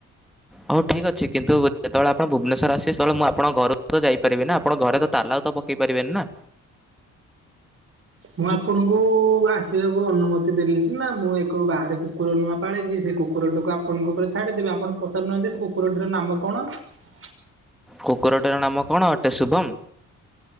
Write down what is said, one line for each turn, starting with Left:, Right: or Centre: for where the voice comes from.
Centre: ହଉ ଠିକ୍ ଅଛି କିନ୍ତୁ ଯେତେବେଳେ ଆପଣ ଭୁବନେଶ୍ୱର ଆସିବେ ସେତେବେଳେ ମୁଁ ଆପଣ ଘର ତ ଯାଇପାରି ନା ଆପଣ ଘରେ ତ ତାଲା ଆଉ ତ ପକେଇ ପାରିବେନି ନା।
Right: ମୁଁ ଆପଣଙ୍କୁ ଆସିବାକୁ ଅନୁମତି ଦେଲେ ସିନା ମୁଁ ଏକ ବାହାରକୁ କୁକୁର ନୂଆ ପାଳିଚି ସେ କୁକୁରଟିକୁ ଆପଣଙ୍କ ଉପରେ ଛାଡ଼ିଦେବେ ଆପଣ ପଚାରୁନାହାନ୍ତି ସେ କୁକୁର ଟିର ନାମ କଣ? <unintelligible>
Centre: କୁକୁରଟିର ନାମ କଣ ଅଟେ ଶୁଭମ୍‌?